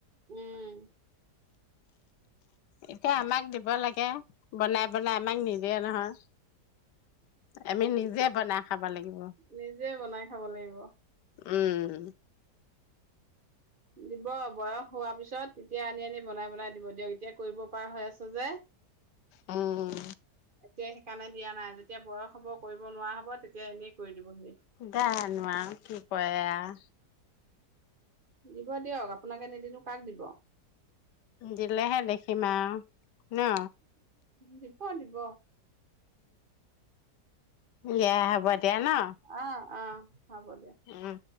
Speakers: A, on the right; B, on the left.
A: উম
B: এতিয়া আমাক দিব লাগে বনাই বনাই আমাক নিদিয়ে নহয় আমি নিজে বনাই খাব লাগিব
A: নিজে বনাই খাব লাগিব।
B: উম
A: দিব বয়স হোৱাৰ পিছত তেতিয়া আনি আনি বনাই বনাই দিব দিয়ক এতিয়া কৰিব পাৰা হৈ আছে যে এতিয়া
B: উম
A: সেইকাৰণে দিয়া নাই তেতিয়া বয়স হ'ব কৰিব নোৱাৰা হ'ব তেতিয়া এনেই কৰি দিবহি
B: জানো আৰু কি কৰে আৰু
A: দিব দিয়ক আপোনাকে নিদিনো কাক দিব
B: দিলেহে দেখিম আৰু ন
A: দিব দিব
B: দিয়া হব দিয়া দিয়া ন
A: অ', অ হব দিয়া
B: উম